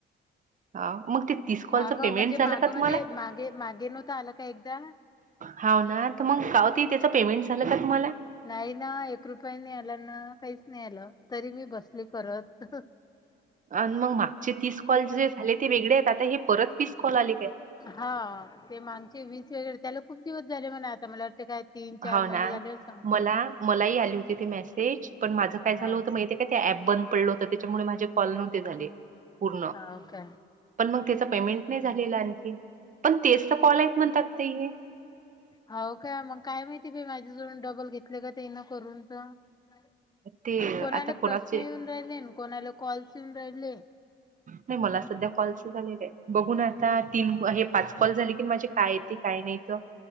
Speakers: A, on the right (about 40°); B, on the left (about 20°).
A: अ मग ते तीस कॉलचं
B: मागं
A: पेमेंट
B: म्हणजे
A: झालं
B: मागं
A: का
B: म्हणजे
A: तुम्हाला?
B: मागे मागे नव्हत आला का एकदा?
A: हवं ना तर मग काव ताई त्याच पेमेंट झालं का तुम्हाला?
B: नाही ना एक रुपय नी आला, न काहीच नाही आलं तरी मी बसली करत.
A: आणि मग मागचे तीस कॉल जे झाले ते वेगळे आहेत, आता हे परत तीस कॉल आले काय?
B: हा ते मागचे वीस वेगळे त्याला खूप दिवस झाले म्हणा आता मला वाटते काय तीन, चार
A: हाव
B: महिने
A: ना
B: झाले असन.
A: मला मलाही आली ते मेसेज पण माझं काय झालं
B: हा
A: होतं माहिती का ते ऍप बंद पडलं होतं, त्याच्यामुळे माझे कॉल नव्हते झाले. पूर्ण
B: हवं का?
A: पण मग त्याच पेमेंट नाही झालेल आणखी, पण तेच तर कॉल आहेत म्हणतात ते.
B: हवं काय? मग काय माहिती बाई माझा जवळून डबल घेतले का त्यानं करून तर. झालं.
A: ते
B: कोणाले
A: आता
B: प्रश्न
A: कोणाचे
B: येऊन राहिले, कोणाला कॉल्स येऊन राहिले?
A: नाही मला सध्या कॉल झालेलं आहेत बघून आता तीन हे पाच कॉल झाले की माझे काय येते काय नाहीत.